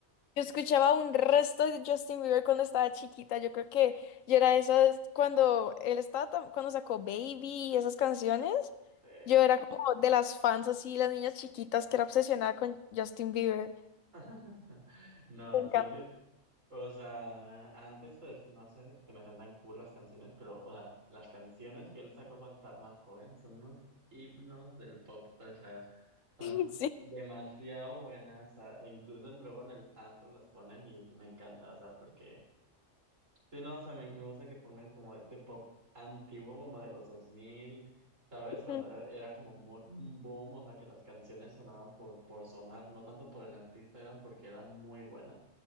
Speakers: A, on the left (about 75°); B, on the right (about 70°).
A: Yo escuchaba un resto de Justin Bieber cuando estaba chiquita. Yo creo que yo era esas cuando él estaba tan- cuando sacó Baby y esas canciones.
B: Sí.
A: Yo era como de las fans así, las niñas chiquitas que era obsesionada con Justin Bieber.
B: <laughs> No,
A: Me encanta.
B: sí, es que O sea, antes pues no sé si me son tan cool las canciones, pero o sea, las canciones que él sacó cuando estaba más joven son unos himnos del pop, o sea, son
A: <laughs> Sí,
B: demasiado buenas, o sea, e incluso luego en el antro las ponen y me encanta, o sea, porque sí, no, o sea, me, me gusta que pongan como este pop antiguo como de los dos mil ¿sabes?
A: Ujú.
B: Cuando era, era como muy- un boom, o sea, que las canciones sonaban por por sonar, no tanto por el artista, eran porque eran muy buenas.